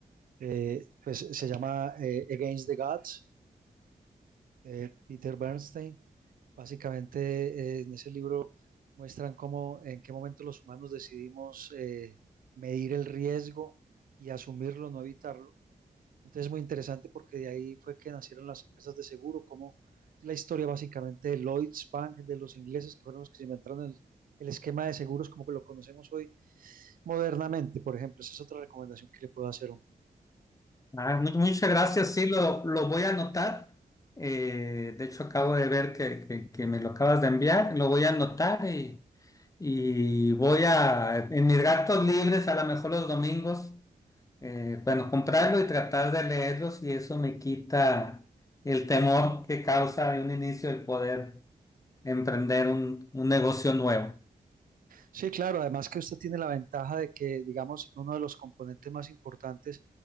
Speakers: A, on the right (about 65°); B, on the left (about 20°).
A: eh, pues se llama eh, Against the Gods, de Peter Bernstein Básicamente, eh, en ese libro muestran cómo, en qué momento los humanos decidimos eh, medir el riesgo y asumirlo, no evitarlo. Entonces, es muy interesante porque de ahí fue que nacieron las empresas de seguro, como la historia básicamente de Lloyds Bank, de los ingleses, que fueron los que se inventaron el, el esquema de seguros como que lo conocemos hoy modernamente, por ejemplo. Esa es otra recomendación que le puedo hacer.
B: Ah, mu- muchas gracias, sí, lo, lo voy a anotar. Eh, de hecho, acabo de ver que, que- que me lo acabas de enviar, lo voy a anotar y, y voy a, en mis ratos libres, a lo mejor los domingos, eh, bueno, comprarlo y tratar de leerlos y eso me quita el temor que causa de un inicio el poder emprender un, un negocio nuevo.
A: Sí, claro, además que usted tiene la ventaja de que, digamos, uno de los componentes más importantes